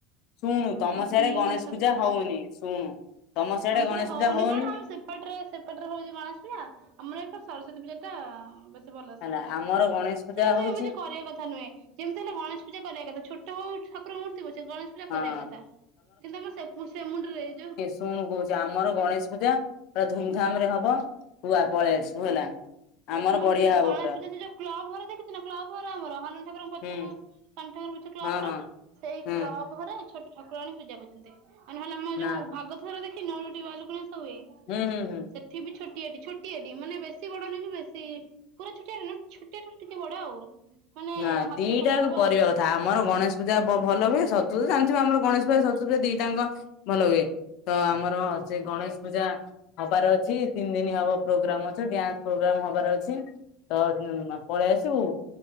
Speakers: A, on the left (about 60°); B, on the right (about 65°).
A: ଶୁଣୁ ତମର
B: ଆଉ
A: ସିଆଡେ
B: ଦି
A: ଗଣେଶ
B: ମାସ ଆସୁଚି।
A: ପୂଜା ହଉନି ଶୁଣୁ ତମର ସିଆଡେ
B: ଆମ ସେଟା
A: ଗଣେଶ ପୂଜା ହଉନି।
B: କଣ ଆମ ସେପଟରେ ସେପଟରେ ହଉଛି ଗଣେଶ ପୂଜା ଆମର ଏ ସରସ୍ଵତୀ ପୂଜା ଟା ଭଲସେ
A: ହେଲା
B: ହଉଛି
A: ଆମର ଗଣେଶ ପୂଜା
B: ସେ କିନ୍ତୁ
A: ହଉଛି।
B: ଏମିତି କରିବା କଥା ନୁହେଁ। ଯେମିତି ହେଲେ ଗଣେଶ ପୂଜା କରିବା କଥା। ଛୋଟ ହଉ ଠାକୁର ମୂତ୍ତି ପଛେ ଗଣେଶ ପୂଜା
A: ହଁ
B: କରିବା କଥା କିନ୍ତୁ ଆମର ସେ ସେ ମୁଣ୍ଡରେ ଯୋଉ
A: ଶୁଣ କହୁଛି ଆମର ଗଣେଶ ପୂଜା ପା ଧୁମଧାମ ରେ ହବ ତୁ ପଳେଇ ଆସିବୁ ହେଲା।
B: ଆମର
A: ବଢିଆ
B: କିନ୍ତୁ
A: ହବ
B: ଗଣେଶ
A: ପୁରା
B: ପୂଜା ଯୋଉ କ୍ଲବ ଘର ଦେଖିଛୁ ନା କ୍ଲବ ଘର ଆମର ହନୁମାନ ଠାକୁର ପଛକୁ
A: ହୁଁ
B: ଶନି ଠାକୁର ପଛକୁ ଯୋଉ କ୍ଲବ
A: ହଁ
B: ଘର
A: ହଁ
B: ସେଇ
A: ହୁଁ
B: କ୍ଲବ ଘରେ ଛୋଟ ଠାକୁର ଆଣି ପୂଜା ପାଉଛନ୍ତି। ଆଉ ନହେଲେ ଆମ
A: ନା
B: ଯୋଉ ଭାଗବତ ଘର ଦେଖିନୁ ଆମର ଯୋଉଠି ଭାଲୁକୁଣି ଓଷା ହୁଏ ସେ
A: ହୁଁ ହୁଁ ହୁଁ
B: ସେଠି ବି ଛୋଟିଆଟି ଛୋଟିଆଟି ମାନେ ବେଶୀ ବଡ ନା କି ବେ ସେ ପୁରା ଛୋଟିଆ ଛୋଟିଆଠାରୁ ଟିକେ ବଡ ଆଉ ମାନେ
A: ନା
B: ହାତେ
A: ଦିଇଟା
B: ଖଣ୍ଡେ ହବ
A: କରିବା
B: ଆଉ ସେ
A: କଥା ଆମର ଗଣେଶ ପୂଜା ଭଲ ହୁଏ ସରସ୍ବତୀ ଜାଣିଥିବ ଆମର ଗଣେଶ ପୂଜା ସର ସ୍ୱତୀ ଦିଇଟାଙ୍କ ଭଲ ହୁଏ ତ ଆମର ସେ ଗଣେଶ ପୂଜା ହବାର ଅଛି ତିନି ଦିନ ହବ ପ୍ରୋଗ୍ରାମ ଅଛି ଡ୍ୟାନ୍ସ ପ୍ରୋଗ୍ରାମ ହବାର ଅଛି ତ ପଳେଇ ଆସିବୁ।